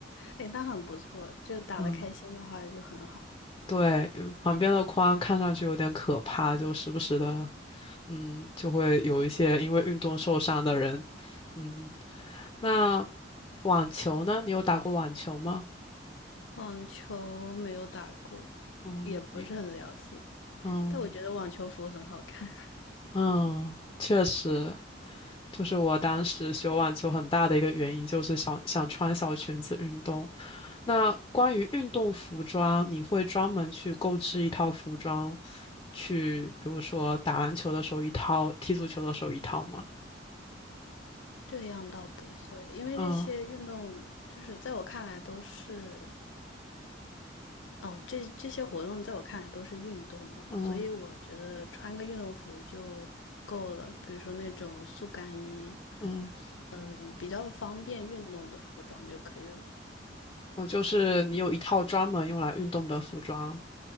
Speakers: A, on the left; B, on the left.
A: 哎，那很不错，就打得开心的话就很好。
B: 嗯，对，嗯旁边的宽看上去有点可怕，就时不时的，嗯，就会有一些因为运动受伤的人，嗯，那网球呢？你有打过网球吗？
A: 网球没有打过，
B: 嗯，
A: 也不是很了解，
B: 你，嗯。
A: 但我觉得网球服很好看。<laughs>
B: 嗯，确实，就是我当时学网球很大的一个原因就是想想穿小裙子运动。那关于运动服装，你会专门去购置一套服装，去比如说打篮球的时候一套，踢足球的时候一套吗？
A: 这样倒不会，因为这些运动就是在我看来都是。
B: 嗯
A: 哦，这这些活动在我看来都是运动吧，
B: 嗯
A: 所以我觉得穿个运动服就够了。比如说那种速干衣，
B: 嗯，
A: 嗯，比较方便运动的服装就可以了。
B: 我就是你有一套专门用来运动的服装，